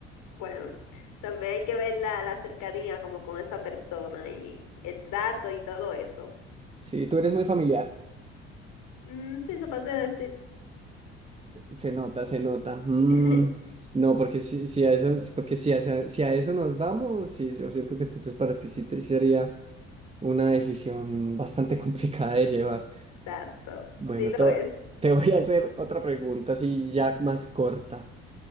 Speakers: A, on the left (about 65°); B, on the right (about 15°).
A: bueno, también hay que ver la, la cercanía como con esa persona y el trato y todo eso.
B: Sí, tú eres muy familiar,
A: Mm, sí, se podría decir.
B: se nota, se nota. Mm,
A: <laughs>
B: no, porque si, si a eso, porque si a, si a eso nos vamos, sí, yo siento que entonces para ti sí te- sí sería una decisión bastante <laughs> complicada de llevar.
A: Exacto,
B: Bueno,
A: sí lo
B: to-
A: es.
B: te voy a hacer otra pregunta, así ya más corta.